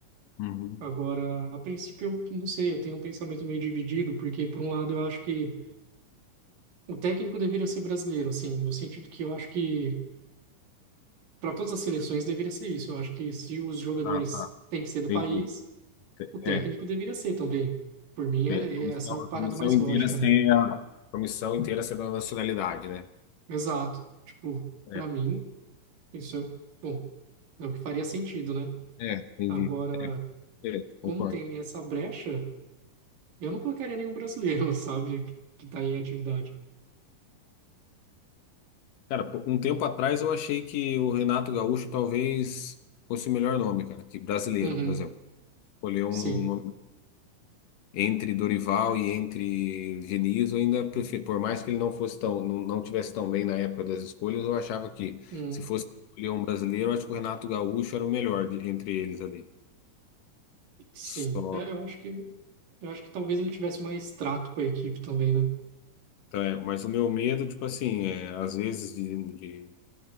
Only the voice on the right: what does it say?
Agora, a princípio, eu não sei, eu tenho um pensamento meio dividido, porque por um lado eu acho que o técnico deveria ser brasileiro, assim, no sentido que eu acho que para todas as seleções deveria ser isso. Eu acho que se os jogadores
têm que ser do
país, o técnico
deveria ser também. Por mim, é,
é essa a parada
mais
lógica,
né?
Exato. Tipo,
para mim, isso é, bom, é o que faria sentido, né?
Agora.
como
tem essa brecha, eu não colocaria nenhum brasileiro, <laughs> sabe, que, que tá em atividade.
Uhum,
sim,
Uhum,
sim.
É, eu acho que, eu acho que talvez ele tivesse mais trato com a equipe também, né?